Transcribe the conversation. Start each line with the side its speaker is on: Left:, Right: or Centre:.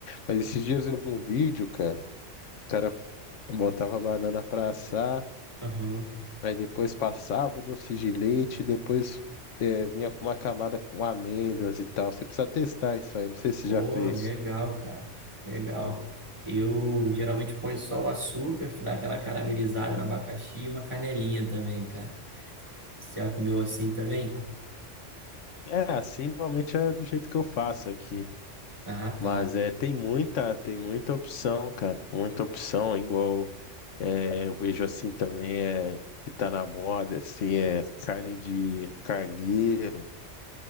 Left: Mas esses dias eu vi um vídeo, cara, o cara f- botava a banana pra assar.
Right: Aham.
Left: Aí depois passava o doce de leite, depois eh, vinha com uma camada com amêndoas e tal. Você precisa testar isso aí, não sei se você
Right: Pô,
Left: já fez.
Right: legal, cara. Legal. Eu geralmente ponho só o açúcar, que dá aquela caramelizada no abacaxi e uma canelinha também, cara. Você já comeu assim também?
Left: É, assim normalmente é do jeito que eu faço aqui.
Right: Ah,
Left: Mas
Right: tá.
Left: é, tem muita, tem muita opção, cara. Muita opção, igual eh, eu vejo assim também, é, que tá na moda, assim, é carne de carneiro.